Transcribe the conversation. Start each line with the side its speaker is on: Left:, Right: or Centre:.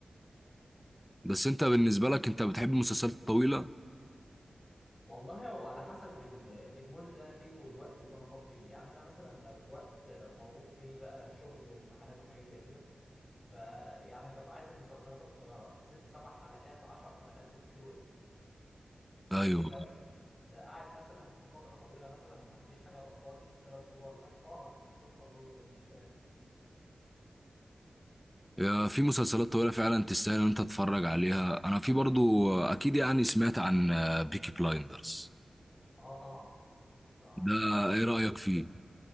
Centre: بس انت بالنسبه لك انت بتحب المسلسلات الطويله
Left: والله هو على حسب ال- المود اللي انا فيه والوقت اللي انا فاضي فيه يعني انا مثلا لو في وقت مضغوط فيه بقى شغل وامتحانات وحاجات زي كده فيعني ببقى عايز المسلسلات القصيره ست سبع حلقات عشر حلقات بالكتير وقلت
Centre: ايوه
Left: لكن لو أنا قاعد مثلا في فتره طويله مثلا ما عنديش حاجه ضغطاني ثلاث شهور ولا حاجه اه افتح مسلسل طويل ايه المشكله يعني
Centre: يا في مسلسلات طويله فعلا تستاهل ان انت تتفرج عليها انا في برضو آه، اكيد يعني سمعت عن بيكي بلايندرز
Left: اه طبعا ده
Centre: ده ايه رايك فيه